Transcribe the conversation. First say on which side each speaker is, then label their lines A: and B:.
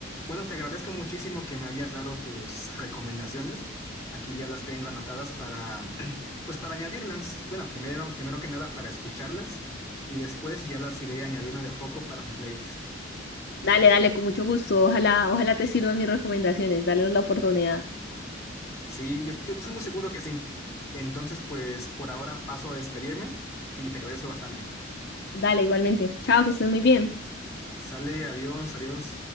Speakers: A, on the left; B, on the left.
A: bueno, te agradezco muchísimo que me hayas dado tus recomendaciones. Aquí ya las tengo anotadas para, <clears throat> pues para añadirlas. Bueno, primero, primero que nada para escucharlas y después ya las iré añadiendo de a poco para mi playlist.
B: Dale, dale, con mucho gusto. Ojalá, ojalá te sirvan mis recomendaciones. Dale la oportunidad.
A: Sí, yo, yo estoy muy seguro que sí. Entonces, pues por ahora paso a despedirme y te agradezco bastante.
B: Dale, igualmente. Chao, que estés muy bien.
A: Sale, adiós, adiós.